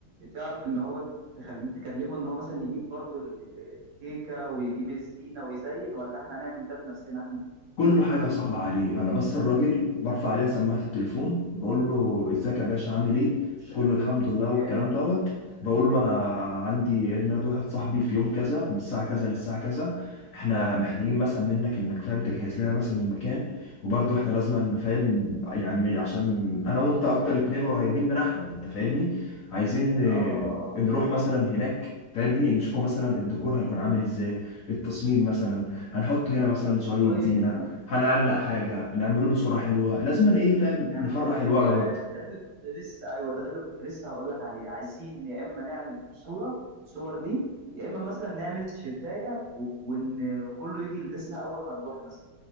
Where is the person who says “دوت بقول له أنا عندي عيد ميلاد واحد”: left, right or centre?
Left